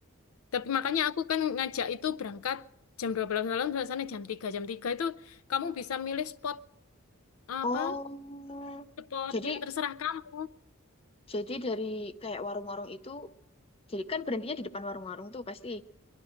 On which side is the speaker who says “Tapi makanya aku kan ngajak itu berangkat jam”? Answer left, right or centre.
Left